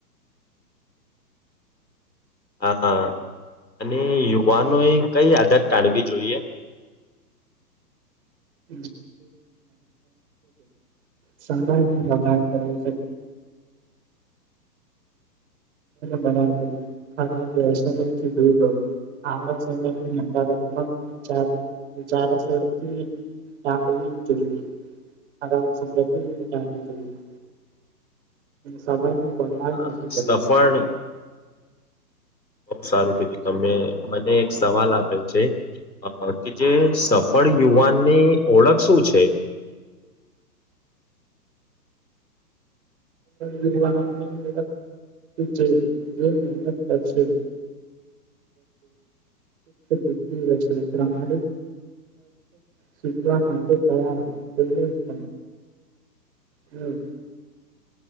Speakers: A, on the left (about 80°); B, on the right (about 40°).
A: <inaudible> હા, અને યુવાનોએ કઈ આદત ટાળવી જોઈએ? <inaudible>
B: <unintelligible> સમયમાં વધાર કરવું છે. બાર કરવું ખરાબસ દૂર હોવું, સમ વિચાર વિચારસ વડતી ટાવી જોઈએ, ટાવી જોઈએ. સમય ન બગવાન
A: હા
B: નથી કરવું
A: સફળ
B: જોઈએ.
A: બહુ સારું કીધું તમે મને એક સવાલ આપે છે. અ કે જે સફળ યુવાનની ઓળખ શું છે? <inaudible>
B: યુવાનીળખ જે જે મહેનત કરશે. બધિ પ્રમાણ <unintelligible> માટે તૈયાર હોય પ
A: <inaudible>
B: હમ.